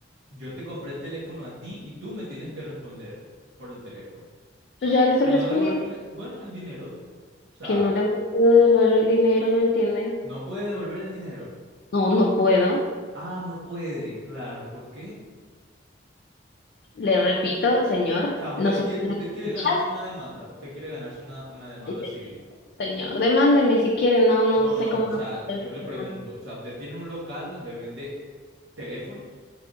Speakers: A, on the right; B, on the left.
A: Yo te compré el teléfono a ti y tú me tienes que responder por el teléfono.
B: Pues ya le estoy
A: Si
B: respondiendo
A: no devuélveme, bueno, el dinero. O sea,
B: que no le puedo devolver el dinero, ¿no entiende?
A: no puede devolver el dinero.
B: No, no puedo.
A: Ah, no puede, claro. ¿Por qué?
B: Le repito, señor,
A: sea, usted
B: no sé
A: quiere,
B: si
A: usted
B: me
A: quiere
B: escucha.
A: ganarse una demanda, usted quiere ganarse una, una demanda
B: Ay, señor,
A: civil.
B: señor, demándeme si quiere, no, no
A: No,
B: sé
A: no,
B: cómo
A: o sea,
B: va a hacer
A: yo le
B: su
A: pregunto,
B: demanda.
A: o sea, usted tiene un local donde vende teléfonos